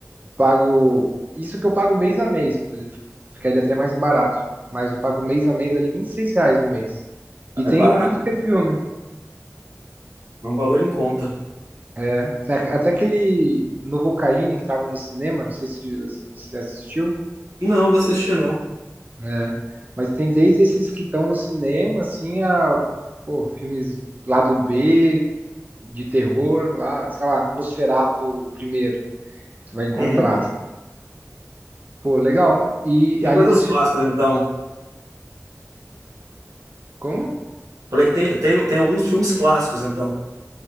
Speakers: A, on the right; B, on the right.
A: Pago. Isso que eu pago mês a mês, por exemplo, ficaria até mais barato. Mas eu pago mês a mês ali 26 reais no mês. E
B: Ah,
A: tem
B: É barato,
A: tudo que é filme.
B: é um valor em conta.
A: É. Até até aquele Novocaine que tava no cinema, não sei se se você assistiu.
B: Não, não assisti, não.
A: É, mas tem desde esses que estão no cinema, assim, a, pô, filmes lá do B, de terror, lá, sei lá, Nosferatu primeiro, você vai encontrar.
B: Uhum.
A: Pô, legal. E
B: Tem
A: ali
B: coisas
A: dos
B: clássicas,
A: filmes,
B: então.
A: como?
B: Falei que tem, tem, tem alguns filmes clássicos, então.